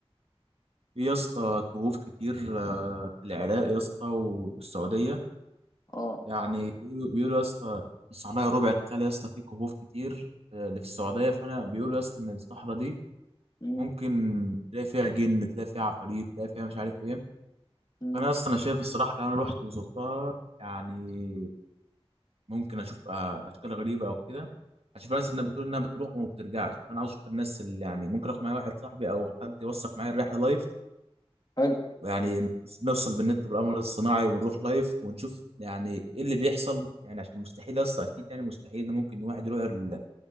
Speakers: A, on the right (about 75°); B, on the left (about 40°).
A: في يا اسطى كهوف كتير آه، في العراق يا اسطى والسعودية
B: اه
A: يعني بيقولوا بيقولوا يا اسطى الصحراء ربع الخالي يا اسطى فيه كهوف كتير آه، اللي في السعودية فأنا بيقولوا يا اسطى إن الصحراء دي
B: امم
A: ممكن تلاقي فيها جن تلاقي فيها عفاريت تلاقي فيها مش عارف إيه
B: امم
A: فأنا يا اسطى أنا شايف الصراحة لو أنا رحت وزرتها يعني ممكن أشوف آه، أشكال غريبة أو كده هشوف ناس إنها بتقول إنها بتروح وما بترجعش فأنا عاوز أشوف الناس اللي يعني ممكن آخد معايا واحد صاحبي أو حد يوثق معايا الرحلة لايف
B: حلو
A: يعني نفصل بالنت بالقمر الصناعي ونروح لايف ونشوف يعني ايه اللي بيحصل يعني عشان مستحيل اصلا اكيد يعني مستحيل ان ممكن واحد يروح ال-